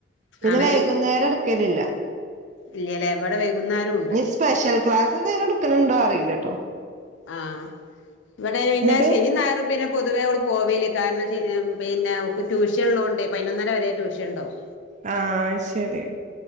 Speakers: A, on the right (about 40°); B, on the left (about 75°).
A: പിന്നെ
B: ആണേ
A: വൈകുന്നേരം എടുക്കലില്ല
B: ഇല്ലല്ലേ ഇവിടെ വൈകുന്നേരം ഉണ്ട്
A: സ്പെഷ്യൽ ക്ലാസ് എന്തേലും ഇട്ക്ക്ണ് ണ്ടോ അറീലട്ടോ
B: ആ ഇവടെ പിന്നെ
A: എന്നിട്ട്
B: ശെനിം ഞായറും പിന്നെ പൊതുവേ ഓള് പോവേല്യ കാരണം പിന്നെ ഓക്ക് ട്യൂഷൻ ഇള്ളോണ്ട് പൈനൊന്നര വെരെ ട്യൂഷണ്ടാവും
A: ആ അത് ശെരി